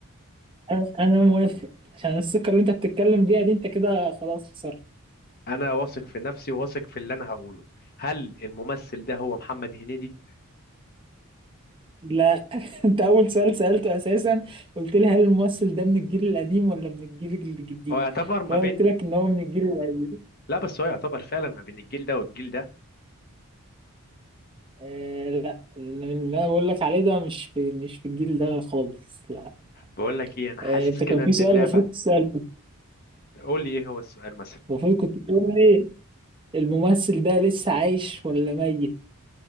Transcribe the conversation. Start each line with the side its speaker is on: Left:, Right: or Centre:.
Right: انا أنا موافق عشان الثقه اللي انت بتتكلم بيها دي انت كده خلاص خسرت
Left: انا واثق في نفسي وواثق في اللي انا هقوله هل الممثل ده هو محمد هنيدي
Right: لا <laughs> انت اول سؤال سالته اساسا قلت لي هل الممثل ده من الجيل القديم ولا من الجيل الجديد
Left: هو يعتبر ما
Right: وانا
Left: بين
Right: قلت لك ان هو من الجيل القديم
Left: لا بس هو يعتبر فعلا ما بين الجيل ده والجيل ده
Right: آه لا اللي انا بقول لك عليه ده مش في مش في الجيل ده خالص لا
Left: بقول لك ايه انا حاسس
Right: آه انت
Left: كده
Right: كان في
Left: ان
Right: سؤال
Left: اللعبه
Right: المفروض تساله
Left: قول لي ايه هو السؤال مثلا
Right: المفروض كنت تقول لي الممثل ده لسه عايش ولا ميت